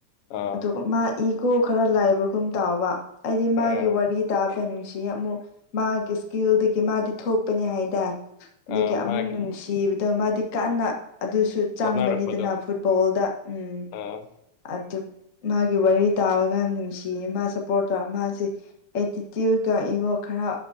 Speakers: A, on the left; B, on the left.
A: ꯑꯥ
B: ꯑꯗꯨꯒ ꯃꯥ ꯏꯒꯣ ꯈꯔ ꯂꯥꯏꯕꯒꯨꯝ ꯇꯥꯎꯕ ꯍꯥꯏꯗꯤ ꯃꯥꯒꯤ
A: ꯑꯥ
B: ꯋꯥꯔꯤ ꯇꯥꯕ ꯁꯤ ꯑꯃꯨꯛ ꯃꯥꯒꯤ ꯏꯁꯀꯤꯜꯗꯒꯤ ꯃꯥꯗꯤ ꯊꯣꯛꯄꯅꯤ ꯍꯥꯏꯗ ꯑꯗꯨꯒꯤ
A: ꯑꯥ
B: ꯑꯃꯨꯛ
A: ꯃꯥꯒꯤ
B: ꯅꯨꯡꯁꯤꯕꯗꯣ ꯃꯥꯗꯤ ꯀꯟꯅ ꯑꯗꯨꯁꯨ ꯆꯪꯕꯅꯤꯗꯅ
A: ꯍꯣꯠꯅꯔꯛꯄꯗꯣ
B: ꯐꯨꯠꯕꯣꯜꯗ ꯎꯝ
A: ꯑꯥ
B: ꯑꯗꯨ ꯃꯥꯒꯤ ꯋꯥꯔꯤ ꯇꯥꯕꯒ ꯅꯨꯡꯁꯤꯌꯦ ꯃꯥ ꯁꯞꯄꯣꯔꯠ ꯇꯧꯔꯒ ꯃꯥꯁꯦ ꯑꯦꯇꯤꯇ꯭ꯌꯨꯠꯀ ꯏꯒꯣ ꯈꯔ